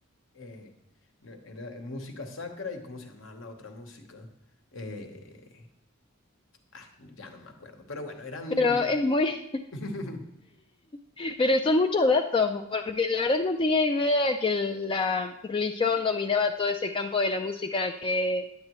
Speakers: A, on the left; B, on the left.
A: eh, no, era, eh, música sacra y cómo se llamaba la otra música. Eh, ah, ya no me acuerdo, pero bueno, eran...
B: Pero
A: lo-
B: es muy,
A: <laughs>
B: <laughs> pero son muchos datos, porque la verdad que no tenía idea que la religión dominaba todo ese campo de la música, que